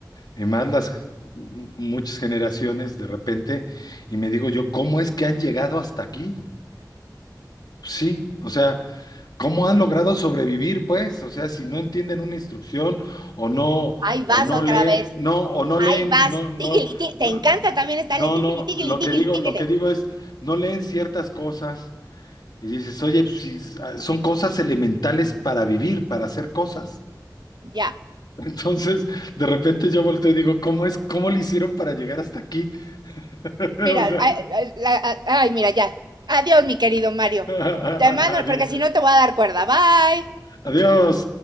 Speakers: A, on the left (about 65°); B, on the right (about 70°).
A: y más las muchas generaciones de repente, y me digo yo, ¿cómo es que han llegado hasta aquí? Sí, o sea, ¿cómo han logrado sobrevivir, pues? O sea, si no entienden una instrucción o no,
B: Ahí vas
A: o no
B: otra
A: leen,
B: vez,
A: no, o no
B: ahí
A: leen,
B: vas,
A: no, no,
B: tigili, tigili.
A: no,
B: te encanta también estarle
A: no,
B: tigili,
A: no,
B: tigili,
A: lo
B: tigili,
A: que digo,
B: tigili.
A: lo que digo es, no leen ciertas cosas y dices, oye, pues, si s- ah, son cosas elementales para vivir, para hacer cosas.
B: Ya,
A: <laughs> Entonces, de repente yo volteo y digo, ¿cómo es, cómo le hicieron para llegar hasta aquí? <laughs>
B: Mira,
A: O sea,
B: ay, ay, la- ay, mira, ya. Adiós, mi querido Mario.
A: <laughs>
B: Te mando,
A: adiós.
B: porque si no te voy a dar cuerda. Bye.
A: Adiós.